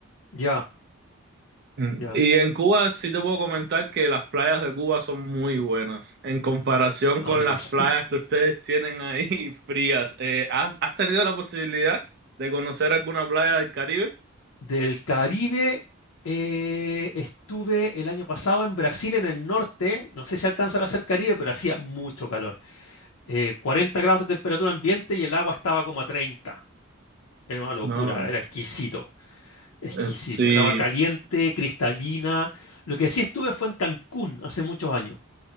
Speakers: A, on the left (about 80°); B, on the right (about 50°).
A: Ya,
B: Mm.
A: ya,
B: Y en Cuba sí te puedo comentar que las playas de Cuba son muy buenas en comparación
A: no
B: con
A: me imagino.
B: las playas que ustedes tienen ahí <laughs> frías. Eh, ¿has, has tenido la posibilidad de conocer alguna playa del Caribe?
A: Del Caribe, eh, estuve el año pasado en Brasil, en el norte, no sé si alcanza a ser Caribe, pero hacía mucho calor. Eh, 40 grados de temperatura ambiente y el agua estaba como a 30. Era una locura,
B: No,
A: era exquisito. Exquisita,
B: eh, sí.
A: el agua caliente, cristalina. Lo que sí estuve fue en Cancún hace muchos años.